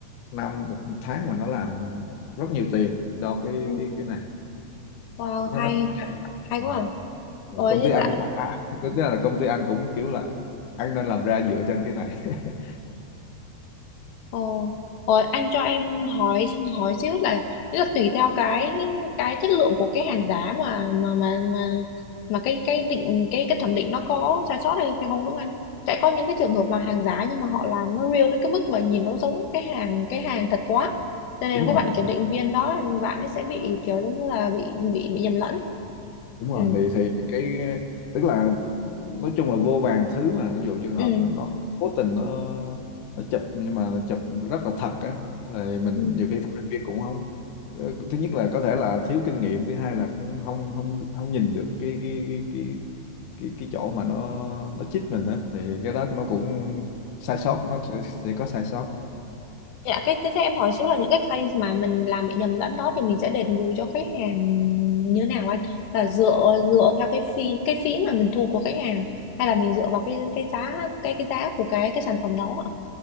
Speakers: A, on the left (about 60°); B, on the left (about 85°).
A: năm một, một tháng mà nó làm rất nhiều tiền cho cái
B: Ừ.
A: cái cái này
B: Wow,
A: thế
B: hay
A: nó
B: hay
A: Ừ.
B: quá. À.
A: Rồi
B: Ủa
A: công
B: như
A: ty anh
B: vậy.
A: cũng à, à, tức là công ty anh cũng kiểu là anh nên làm ra dựa trên cái này <laughs>
B: Ồ, rồi anh cho em hỏi hỏi xíu là nghĩa là tùy theo cái cái chất lượng của cái hàng giá mà mà mà mà mà cái cái định cái cái thẩm định nó có sai sót hay hay không đúng không anh? Sẽ có những cái trường hợp là hàng giá nhưng mà họ làm nó real đến cái mức mà nhìn nó giống cái hàng cái hàng thật quá. Cho nên
A: đúng
B: là
A: rồi
B: các bạn kiểm định viên đó là bạn ấy sẽ bị kiểu giống như là bị bị, bị nhầm lẫn.
A: đúng rồi
B: Ừ.
A: thì thì cái tức là nói chung là vô vàn thứ mà ví dụ trường
B: Ừ.
A: hợp là nó cố tình nó nó chụp nhưng mà nó chụp rất là thật á rồi mình
B: ừ.
A: nhiều khi thành viên cũng không ờ, thứ nhất là có thể là thiếu kinh nghiệm thứ hai là cũng không không không nhìn được cái cái cái cái cái, cái chỗ mà nó nó chích mình á thì cái đó nó cũng sai sót nó sẽ sẽ có sai sót
B: Dạ, cái thế thế em hỏi xíu là những cái case mà mình làm bị nhầm lẫn đó thì mình sẽ đền bù cho khách hàng như thế nào anh? Là dựa dựa theo cái phí cái phí mà mình thu của khách hàng hay là mình dựa vào cái cái giá cái cái giá của cái cái sản phẩm đó ạ?